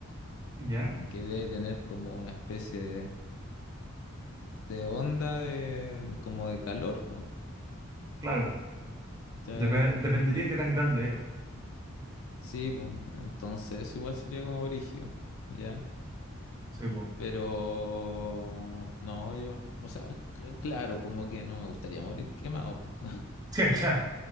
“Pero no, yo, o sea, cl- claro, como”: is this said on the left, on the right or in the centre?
Left